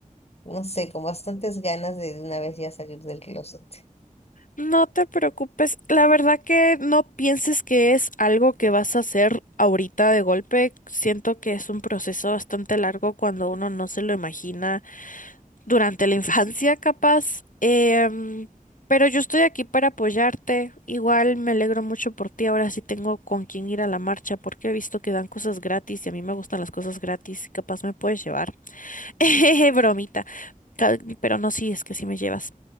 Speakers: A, on the left; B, on the left.
A: no sé, con bastantes ganas de de una vez ya salir del closet.
B: No te preocupes, la verdad que no pienses que es algo que vas a hacer ahorita de golpe. Siento que es un proceso bastante largo cuando uno no se lo imagina durante la infancia, capaz. Em, pero yo estoy aquí para apoyarte. Igual me alegro mucho por ti. Ahora sí tengo con quién ir a la marcha porque he visto que dan cosas gratis y a mí me gustan las cosas gratis y capaz me puedes llevar. <laughs> Bromita. Ca- Pero no, sí, es que sí me llevas.